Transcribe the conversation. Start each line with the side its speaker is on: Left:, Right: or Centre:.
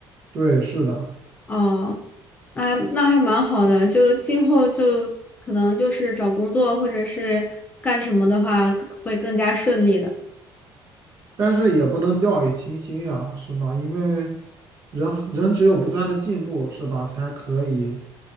Right: 对，是的。
Left: 哦，那还那还蛮好的，就今后就可能就是找工作或者是干什么的话会更加顺利的。
Right: 但是也不能掉以轻心呀，是吧？因为人人只有不断的进步，是吧，才可以，